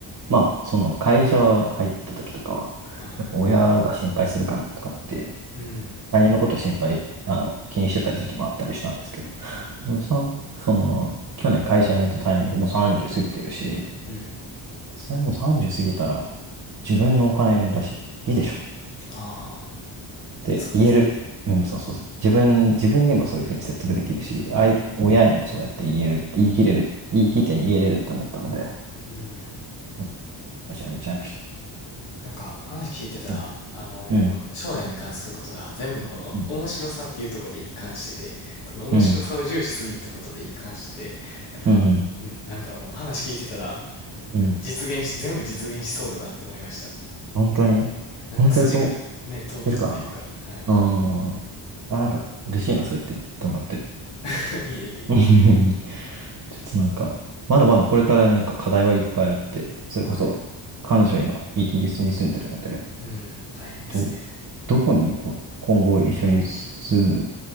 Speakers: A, on the right; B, on the left.
A: まあ、その会社入った時とかは、
B: ん。はい。
A: やっぱ親が心配するかなとかって、
B: うん。
A: 他人のこと心配、あの、気にしてた時期もあったりしたんですけど、
B: は
A: もうさ、その、去年会社辞めたタイミングもう30過ぎてるし、
B: い。うん。
A: さすがにもう30過ぎたら、自分のお金だし、いいでしょっ
B: ああ、
A: て言える。
B: そうですね。
A: うん、そうそうそう。自分、自分にもそういうふうに説得できるし、
B: うん。
A: あい、親にもそうやって言える、言い切れる、言い切って逃げれるって思ったので、
B: うん。
A: うん会社辞めちゃいました。
B: なんか話聞いてたら、
A: うん。
B: あのー将来に関することが全部この面白さっていうところで一貫してて、
A: うん。うん。
B: その面白さを重視するってことで一貫してて、
A: うん
B: やっぱ、
A: うん
B: うん、なんかもう話聞いてたら、
A: うん。うん。
B: 実現し、全部実現しそうだなって思いました。
A: 本当に本当にそう言っ
B: なんか筋がね、通ってるというか、
A: てるかな。
B: はい。
A: うん。あ、なんか嬉しいな、そうやって言ってもらって。
B: <laughs> いえいえい
A: うん <laughs> ちょっとなんか、まだまだこれからねなんか課題はいっぱいあって、それこそ彼女は今イギリスに住んでるので、
B: え。はい。うん、大変ですね。
A: ど、どこにこ今後一緒に住む